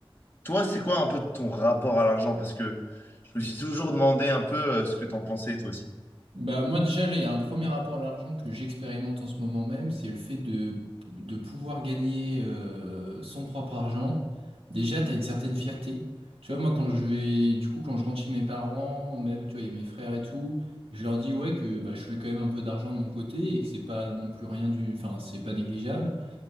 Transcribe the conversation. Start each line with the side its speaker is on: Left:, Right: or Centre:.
Left: Toi, c'est quoi un peu ton rapport à l'argent? Parce que je me suis toujours demandé un peu euh, ce que t'en pensais toi aussi.
Right: Bah, moi déjà, là, il y a un premier rapport à l'argent que j'expérimente en ce moment même, c'est le fait de, de pouvoir gagner euh, son propre argent. Déjà, tu as une certaine fierté. Tu vois, moi, quand je vais, du coup, quand je rentre chez mes parents, même, tu vois, il y a mes frères et tout, je leur dis, ouais, que bah, je fais quand même un peu d'argent de mon côté et que c'est pas non plus rien du, enfin, c'est pas négligeable,